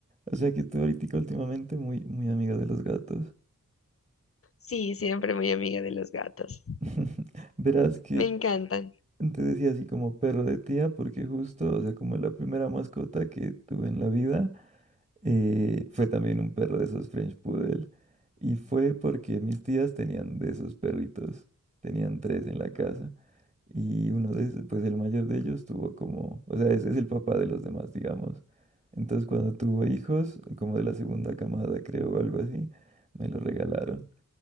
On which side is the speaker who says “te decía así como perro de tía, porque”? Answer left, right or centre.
Right